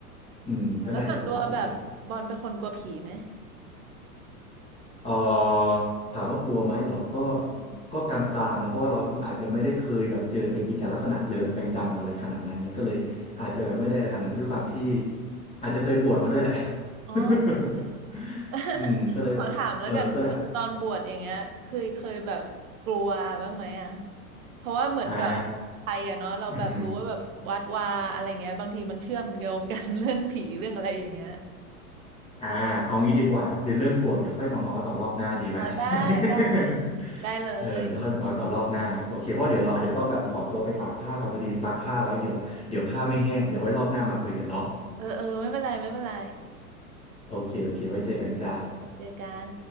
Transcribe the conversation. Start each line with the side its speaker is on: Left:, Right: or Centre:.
Left: อืมก็น่าจะปกติแหละ
Right: แล้วส่วนตัวแบบบอลเป็นคนกลัวผีไหม
Left: เอ่อถามว่ากลัวไหมเหรอก็
Right: อืม
Left: ก็กลางๆนะเพราะว่าเราก็อาจจะไม่ได้เคยแบบเจอเป็นกิจจลักษณะหรือแบบจังๆอะไรขนาดนั้นเงี้ยก็เลยอาจจะแบบไม่ได้อะไรขนาดนั้นด้วยความที่อาจจะเคยบวชมาด้วยแหละ
Right: อ๋อ
Left: <laughs>
Right: <laughs>
Left: อืมก็เลยแบบเออก็เลยอาจ
Right: ขอถามแล้วกันว่าแบบตอนบวชอย่างเงี้ยเคยเคยแบบกลัวบ้างไหมอ่ะเพราะว่าเหมือนกับ
Left: อ่า
Right: ไทยอ่ะเนาะเราแบบรู้ว่าแบบวัดวาอะไรเงี้ยบางทีมันเชื่อมโยงกัน
Left: อืม
Right: <laughs> เรื่องผีเรื่องอะไรอย่างเงี้ย
Left: อ่าเอางี้ดีกว่าเดี๋ยวเรื่องบวชเดี๋ยวค่อยมาเมาส์ต่อรอบหน้าดีไหม
Right: <laughs> เออได้ได้
Left: <laughs>
Right: ได้เลย
Left: เออเดี๋ยวค่อยมาเมาส์ต่อรอบหน้าโอเคเพราะเดี๋ยวเราอาจจะต้องแบบขอตัวไปตากผ้าก่อนพอดีซักผ้าไว้เดี๋ยวเดี๋ยวผ้าไม่แห้งเดี๋ยวไว้รอบหน้ามาคุยกันเนาะ
Right: เออเออไม่เป็นไรไม่เป็นไร
Left: โอเคโอเคไว้เจอกันจ้า
Right: เจอกัน